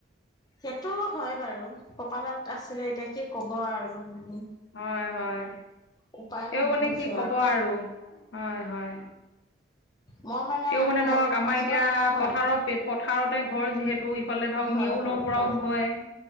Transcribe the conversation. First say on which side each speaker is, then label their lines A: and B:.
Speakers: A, on the left; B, on the left.
A: সেইটো হয় বাৰু কপালত আছিলে এতিয়া কি ক'ব আৰু মানে।
B: হয় হয়
A: উপায় নোহোৱা
B: এইও মানে
A: হৈছে
B: কি কব আৰু হয় হয়।
A: মই
B: তেওঁ
A: আকৌ
B: মানে ধৰক
A: অলপ
B: আমাৰ
A: পাছত
B: এতিয়া
A: হয়
B: পথাৰৰ পেট পথাৰতে ঘৰ যিহেতু ইফালে ধৰক
A: হয়
B: নেওঁলৰ
A: হয়
B: পৰাও
A: হয়
B: ভয়।